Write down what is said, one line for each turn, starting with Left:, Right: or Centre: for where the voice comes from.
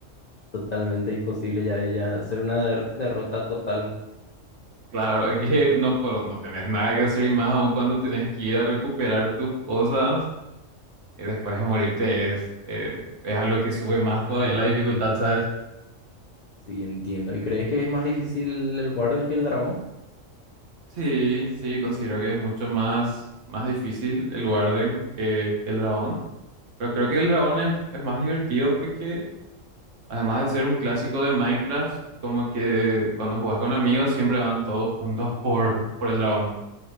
Left: totalmente imposible ya, ya hacer una der- derrota total,
Right: Claro, es que no, pero no tenés nada que hacer y más aún cuando tenés que ir a recuperar tus cosas, y después de morirte es, eh, es algo que sube más todavía la dificultad, ¿sabes?
Left: sí entiendo. ¿Y crees que es más difícil el Warden que el dragón?
Right: Sí, sí, considero que es mucho más, más difícil el Warden que, que el dragón. Pero creo que el dragón es, es más divertido porque, además de ser un clásico de Minecraft, como que cuando juegas con amigos siempre van todos juntos por, por el dragón.